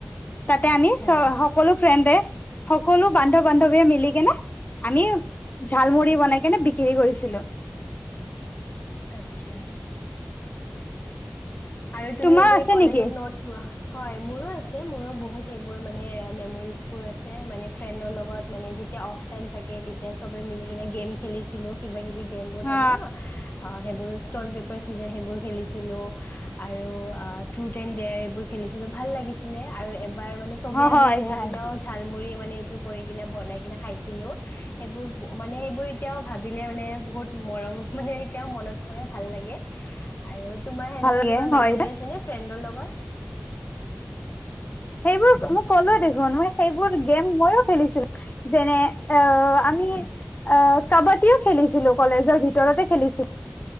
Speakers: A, on the left; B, on the left.
A: তাতে
B: আচ্ছা
A: আমি চব আ। সকলো ফ্ৰেণ্ডে, সকলো বান্ধ বান্ধৱীয়ে মিলি কেনে আমি ঝালমুৰি বনাই কেনে বিক্ৰী কৰিছিলো।
B: আচ্ছা। আৰু তুমি
A: তোমাৰ
B: এনে
A: আছে
B: কলেজত
A: নেকি
B: নটছ হয় মোৰো আছে, মোৰো বহুত এইবোৰ মানে মেমৰিজবোৰ আছে মানে ফ্ৰেণ্ডৰ লগত মানে যেতিয়া অফ টাইম থাকে তেতিয়া চবে মিলি কিনে গেম খেলিছিলোঁ, কিবা কিবি গেমবোৰ থাকে
A: অ
B: ন' আ, সেইবোৰ ষ্টন পেপাৰ চিযাৰ সেইবোৰ খেলিছিলোঁ আৰু ট্ৰুথ এনড দেয়াৰ এইবোৰ খেলিছিলোঁ ভাল লাগিছিলে আৰু এবাৰ মানে চবে
A: অ
B: আমি
A: হয়
B: মিলি
A: হয়
B: কিনেও ঝাল কৰি মানে এইটো কৰি কিনে বনাই কিনে খাইছিলোঁ এইবোৰ মানে সেইবোৰ এতিয়াও ভাবিলে মানে বহুত মৰম মানে এতিয়াও মনত পৰে, ভাল লাগে। আৰু তোমাৰ সেনেকুৱা
A: ভালকে
B: কিবা
A: হয়
B: মেমৰি
A: দে।
B: আছেনে ফ্ৰেণ্ডৰ লগত?
A: সেইবোৰ মই ক'লোৱে দেখোন, মই সেইবোৰ গেম ময়ো খেলিছিলোঁ যেনে আ,
B: আচ্ছা,
A: আমি অ' কাবাডীও খেলিছিলোঁ, কলেজৰ ভিতৰতে খেলিছি